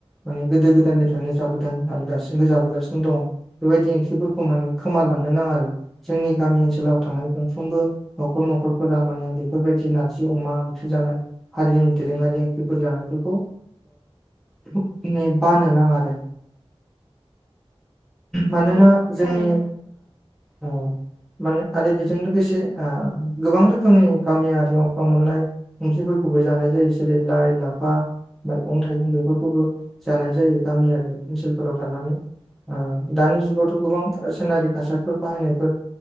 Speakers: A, in the centre; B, on the right (about 35°).
A: माने गोदो गोदायनिफ्रायनो जाबोदों आरो दासिमबो जाबोगासिनो दङ बेबायदि ओंख्रिफोरखौ माने खोमालांनो नाङा आरो जोंनि गामि ओनसोलाव थानाय मोनफ्रोमबो नखर न'खरफोरा माने बेफोरबायदि नारजि अमा ओंख्रि जानाय हारिनि दोरोङारि ओंख्रि फोर जानायफोरखौ <unintelligible> नो बानो नांडा़ आरो मानोना
B: औ औ
A: जोंनि
B: थारैनो
A: ओ माने आरो बेजों लोगोसे गोबां रोखोमनि गामियारिफोराव मोननाय ओंख्रिफोरखौबो जानाय जायो जेरै लाइ लाफा मैगं-थाइगं बेफोरखौबो जानाय जायो गामियारि ओनसोलफोराव थानानै। दानि जुगावथ' गोबां सनारि कासादफोर बाहायनायफोर